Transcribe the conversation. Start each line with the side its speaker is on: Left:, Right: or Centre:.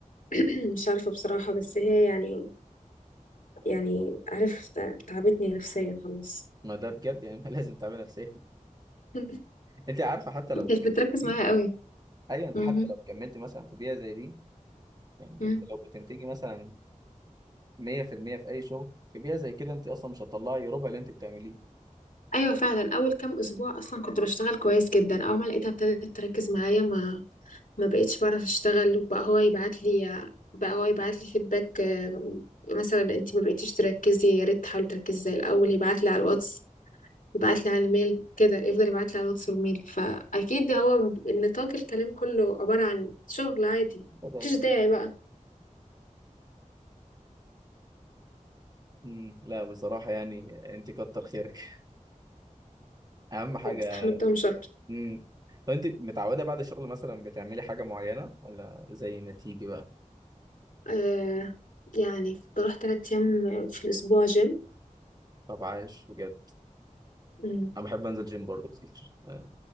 Left: <clears throat> مش عارفة بصراحة بس هي يعني يعني عارف تع- تعبتني نفسيا خلاص
Right: ما ده بجد يعني <laughs> ما لازم تعمل نفسيا
Left: <laughs>
Right: انت عارفه حتى لو
Left: كانت
Right: كملتي
Left: بتركز معايا قوي
Right: ايوه انت
Left: مهم.
Right: حتى لو كملتي مثلا في بيئه زي دي يعني
Left: مم.
Right: انت لو بتنتجي مثلا 100% في المية في اي شغل في بيئه زي كده انت اصلا مش هتطلعي ربع اللي انت بتعمليه
Left: ايوه فعلا اول كام اسبوع اصلا كنت بشتغل كويس جدا اول ما لقيتها ابتدت تركز معايا ما ما بقيتش بعرف اشتغل وبقى هو يبعت لي بقى هو يبعت لي فيدباك مثلا انت ما بقيتيش تركزي يا ريت تحاولي تركزي زي الاول يبعت لي على الواتس يبعت لي على الميل كده يفضل يبعت لي على الواتس والميل فاكيد هو النطاق الكلام كله عبارة عن شغل عادي
Right: ده ده
Left: مفيش
Right: اكيد
Left: داعي بقى
Right: مم، لا بصراحه يعني انت كتر خيرك <laughs> اهم حاجه
Left: استحملتهم شهر
Right: امم طب انت متعوده بعد الشغل مثلا بتعملي حاجه معينه ولا زي ما تيجي بقى
Left: آه يعني بروح تلات أيام في الأسبوع جيم
Right: طب عايش بجد
Left: مم.
Right: انا بحب انزل جيم برضه كتير <laughs>